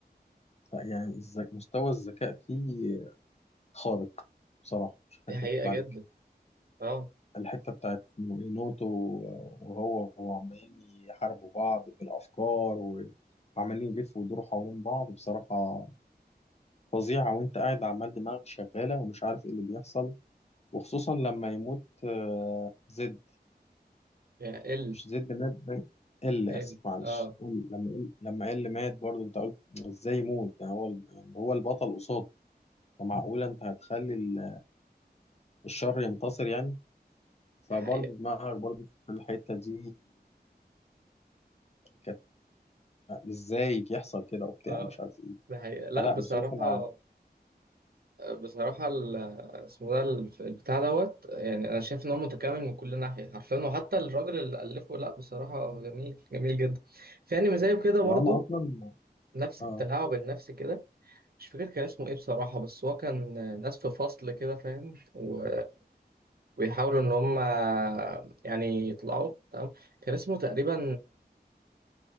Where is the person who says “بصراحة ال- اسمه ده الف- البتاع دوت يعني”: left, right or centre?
Right